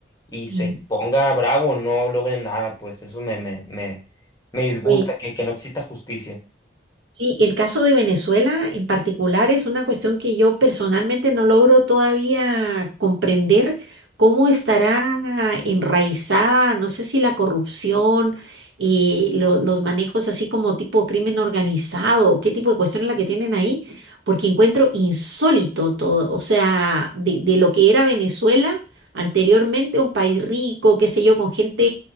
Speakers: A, on the left; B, on the right.
A: y
B: sí.
A: se ponga bravo, no logren nada, pues eso me, me, me, me disgusta,
B: Oye,
A: que, que no exista justicia.
B: Sí, el caso de Venezuela en particular es una cuestión que yo personalmente no logro todavía comprender cómo estará enraizada, no sé si la corrupción, eh, lo- los manejos así como tipo crimen organizado, qué tipo de cuestión es la que tienen ahí, porque encuentro insólito todo, o sea, de, de lo que era Venezuela. Anteriormente un país rico, qué sé yo, con gente